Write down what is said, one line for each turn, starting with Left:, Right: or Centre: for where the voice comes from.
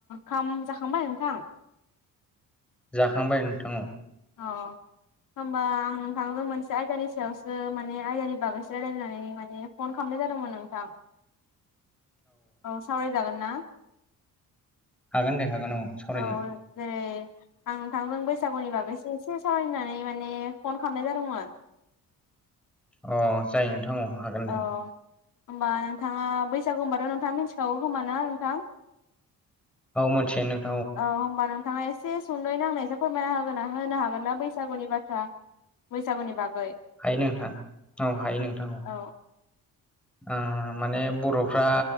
Left: खाम जाखांबाय नोंथां?
Centre: जाखांबाय नोंथां औ।
Left: अ होम्बा आं नोंथांजों मोनसे आयदानि सायावसो माने आयदानि बागैसो रायलायनानै माने फन खालाम जादोंमोन नोंथां औ सावरायजागोन ना?
Centre: हागोन दे। हागोन औ सावरायजायो
Left: औ जेरै नोंथांजों बैसागुनि बागैसो एसे सावरायनो माने फन खामनाय जादोंमोन।
Centre: अ जायो नोंथां औ हागोन
Left: औ
Centre: दे।
Left: होमबा नोंथाङा बैसागु होनबाथ' नोंथाङा मिथिखागौ खोमा ना नोंथां।
Centre: औ मोनथियो नों
Left: औ होनबा नोंथाङा एस एसे सुंदयै आंनो फोरमायना होगोना होनो हागोन ना बैसागुनि बाथ्रा बैसागुनि बाग
Centre: हायो नोंथां औ हायो नोंथां।
Left: औ
Centre: ओ माने बर'फ्रा